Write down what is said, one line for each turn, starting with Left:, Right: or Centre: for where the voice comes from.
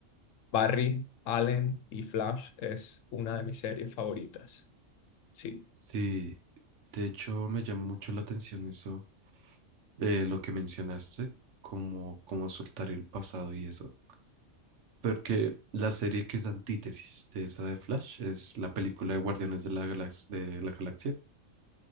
Left: Barry, Allen y Flash es una de mis series favoritas. Sí.
Right: Sí, de hecho me llamó mucho la atención eso de lo que mencionaste, como, como soltar el pasado y eso. Porque la serie que es antítesis de esa de Flash es la película de Guardianes de la Galax- de la Galaxia.